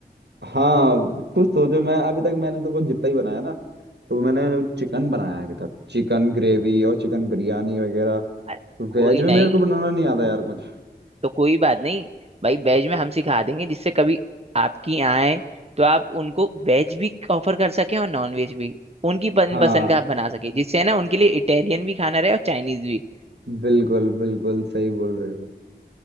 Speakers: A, on the right; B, on the right.
A: हाँ कुछ सोचो मैं अभी तक मैंने तो कुछ जितना ही बनाया ना तो मैंने चिकन बनाया है अभी तक चिकन ग्रेवी और चिकन बिरयानी वगैरह
B: अरे कोई
A: वेज में मेरे
B: नहीं
A: को बनाना नहीं आता यार कुछ
B: तो कोई बात नहीं भाई वेज में हम सिखा देंगे जिससे कभी आपकी आए तो आप उनको वेज भी ऑफर कर सके और नॉन वेज भी उनकी पन-
A: हाँ
B: पसंद का आप बना सके जिससे है ना उनके लिए इटालियन भी खाना रहे और चाइनीज भी
A: बिल्कुल बिल्कुल सही बोल रहे हो